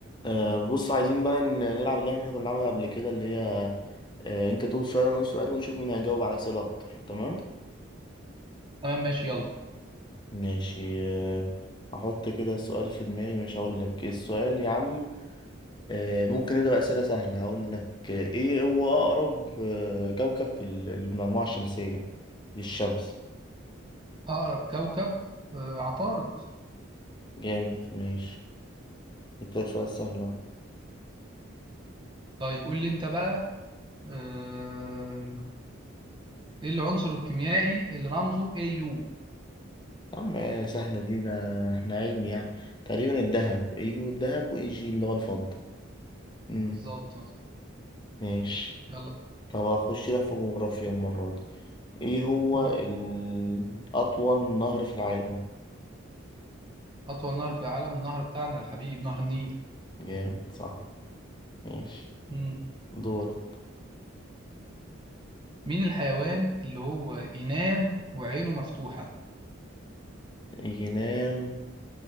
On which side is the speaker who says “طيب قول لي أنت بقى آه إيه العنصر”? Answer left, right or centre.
Right